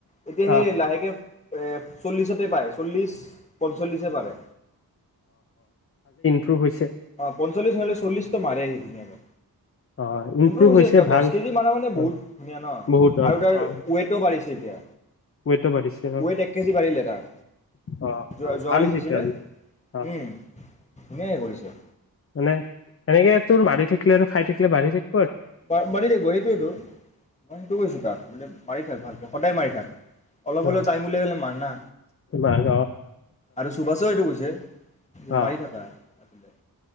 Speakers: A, on the left; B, on the left.
A: এতিয়া সেই
B: অ
A: লাহেকে এ চল্লিছতে পাই। চল্লিছ পঞ্চল্লিছ এ পাৰে।
B: ইমপ্ৰভ হৈছে।
A: অ পঞ্চল্লিছ নহলে চল্লিত মাৰে সি ধুনীয়াকে।
B: অ ইমপ্ৰুভ
A: ইমপ্ৰভ হৈছে তা
B: ভাল
A: দহ কেজি মাৰা মানে বহুত
B: অ
A: ধুনীয়া ন
B: বহুত অ
A: আৰু তাৰ
B: অ
A: ৱেট বাঢ়িছে এতিয়া।
B: ৱেইটো বাঢ়িছে অ
A: ৱেট এক কেজি বাঢ়িলে তাৰ
B: অ
A: যোৱা,
B: অ
A: যোৱাকালি
B: ভাল তেতিয়াহ'লে
A: ছাইছিলে।
B: অ
A: ধুনীয়েকে কৰিছে।
B: মানে তেনেকে তোৰ মাৰি থাকিলে আৰু খাই থাকিলে বাঢ়ি থাকি
A: বাৰ মাৰি থাকিব সেইটোৱেটো। মই সেইটো কৈছো তাক। মানে মাৰি থাক ভাল। সদায় মাৰি থাক। অলপ
B: অ
A: হ'লেও টাইম উলিয়াই হলে মাৰ না।
B: তোমাৰ অ
A: আৰু সুভাষেও এইটো কৈছে যে
B: অ
A: মাৰি থাকা আচলতে।